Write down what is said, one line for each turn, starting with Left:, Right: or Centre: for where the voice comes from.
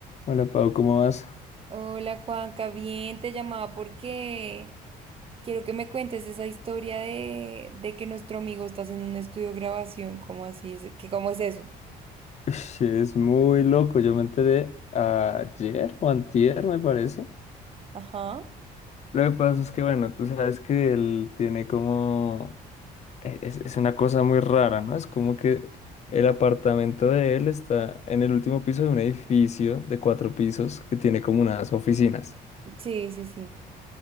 Left: Hola Pau, ¿cómo vas?
Right: Hola Juanca, bien, te llamaba porque quiero que me cuentes esa historia de, de que nuestro amigo está haciendo un estudio de grabación, ¿cómo así es? ¿Qué, cómo es eso?
Left: Ush, Es muy loco, yo me enteré ayer o antier, me parece.
Right: Ajá.
Left: Lo que pasa es que, bueno, tú sabes que él tiene como... e- Es, es una cosa muy rara, ¿no? Es como que el apartamento de él está en el último piso de un edificio de cuatro pisos que tiene como unas oficinas.
Right: Sí, sí, sí.